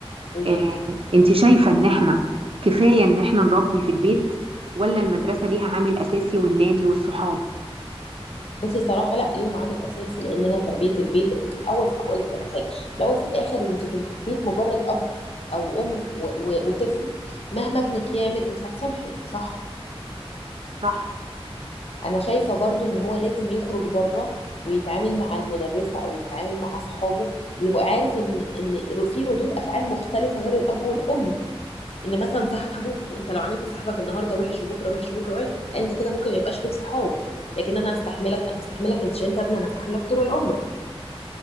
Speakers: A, on the left; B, on the right.
A: قولي
B: آه،
A: لي
B: انت شايفة ان احنا كفاية ان احنا نربي في البيت ولا المدرسة ليها عامل اساسي والنادي والصحاب
A: بصي صراحه لا ليهم عامل اساسي لان انا تربيه البيت في الاول هقول لك انا حاجه لو في الاخر انت في البيت مجرد اب او ام و- و- وطفل مهما ابنك يعمل انت هتسامحي صح
B: صح
A: انا شايفه برضو ان هو لازم يخرج بره ويتعامل مع المدرسه او يتعامل مع اصحابه يبقى عارف ان ان ر- في ردود افعال مختلفه غير الاب والام ان مثلا صاحبه انت لو عملت صاحبك النهارده وحش وبكره وحش وبكره وحش لا انت كده ممكن ما يبقاش ليك صحاب لكن انا هستحملك انا هستحملك انت عشان انت ابني انا هستحملك طول العمر